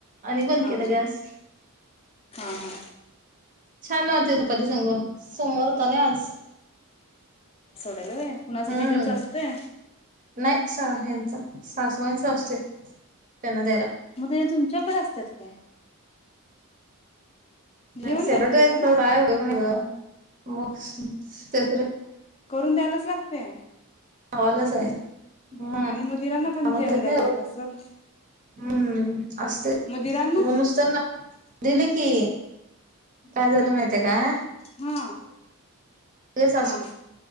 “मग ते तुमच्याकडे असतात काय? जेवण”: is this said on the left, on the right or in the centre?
Left